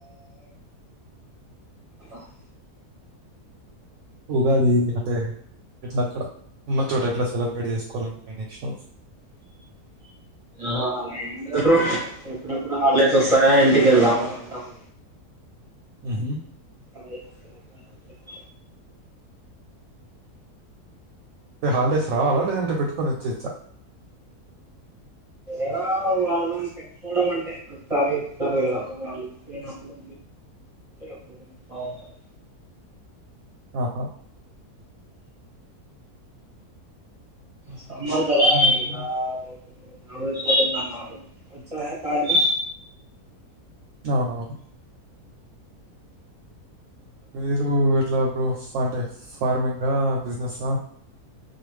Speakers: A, on the right; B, on the right.
A: <inaudible> <inaudible>
B: ఉగాది అంటే ఎట్లా అక్కడ ఉన్న చోట ఎట్లా సెలబ్రేట్ చేసుకోవాలనికుంటున్నావ్ నెక్స్ట్ మంత్
A: <inaudible> అలా ఏం లేదు బ్రో ఎప్పుడెప్పుడు హాలిడేస్ వస్తాయా ఇంటికి వెళ్దామని అనుకుంటూ అ <inaudible>
B: హ్మ్ హు
A: అదే <inaudible>
B: హాలిడేస్ రావాలా లేదంట పెట్టుకొని వచ్చేయొచ్చా
A: ఏదో వాళ్ళని పెట్టుకోవడం అంటే ప్రతిసారి ఇత్తరు గదా వాళ్ళు ఇచ్చినప్పుడు ఎప్పుడు బంట <inaudible>
B: ఆహా
A: సమ్మర్ కదా
B: హ్మ్.
A: రాలేదు మా వాటందన్నారు <unintelligible> వచ్చాయా కార్డు
B: అవునా మీరు ఎట్లా బ్రో అంటే ఫార్మింగా బిజినెస్ సా